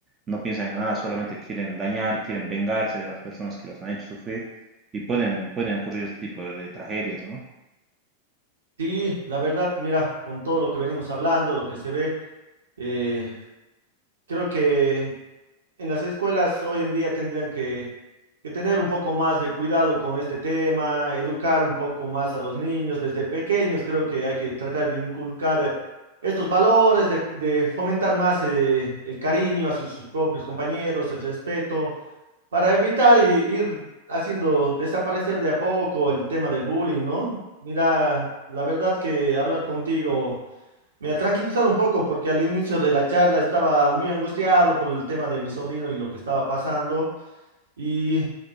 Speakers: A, on the right; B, on the right.
A: no piensan en nada, solamente quieren dañar, quieren vengarse de las personas que los han hecho sufrir y pueden, pueden ocurrir este tipo de, de tragedias, ¿no?
B: Sí, la verdad, mira, con todo lo que venimos hablando, lo que se ve, eh, creo que en las escuelas hoy en día tendrían que, que tener un poco más de cuidado con este tema, educar un poco más a los niños desde pequeños. Creo que hay que tratar de inculcar eh, estos valores, de, de fomentar más eh, el cariño hacia sus propios compañeros, el respeto. Para evitar y ir haciendo desaparecer de a poco el tema del bullying, ¿no? Mira, la verdad que hablar contigo me ha tranquilizado un poco porque al inicio de la charla estaba muy angustiado por el tema de mi sobrino y lo que estaba pasando y